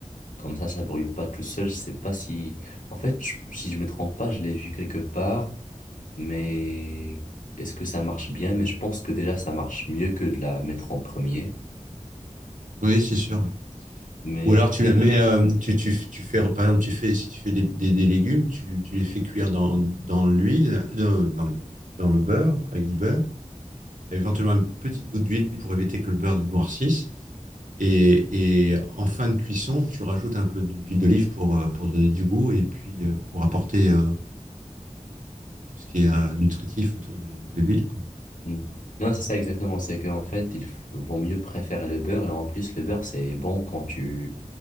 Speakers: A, on the left; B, on the right.
A: Comme ça, ça brûle pas tout seul. Je sais pas si, en fait, je- si je me trompe pas, je l'ai vu quelque part. Mais est-ce que ça marche bien? Mais je pense que déjà ça marche mieux que de la mettre en premier.
B: Oui, c'est sûr, ouais.
A: Mais
B: Ou alors tu la mets, euh, tu, tu, tu fais, par exemple, tu fais, si tu fais des, des, des légumes, tu, tu les fais cuire dans, dans l'huile, dans, dans, l'huile, dans le beurre, avec du beurre, éventuellement une petite goutte d'huile pour éviter que le beurre noircisse. Et, et en fin de cuisson, tu rajoutes un peu d'huile d'olive pour, euh, pour donner du goût et puis euh, pour apporter euh, tout ce qui est euh, nutritif autour de, de l'huile, quoi.
A: mm. non, c'est ça exactement. C'est qu'en fait, il f- vaut mieux préférer le beurre. Et en plus, le beurre, c'est bon quand tu